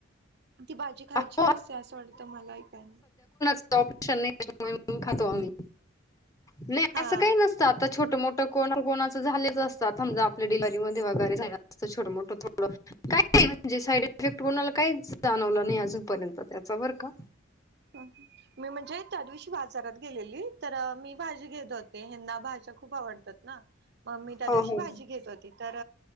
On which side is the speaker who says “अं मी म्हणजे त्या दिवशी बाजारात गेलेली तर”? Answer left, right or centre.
Right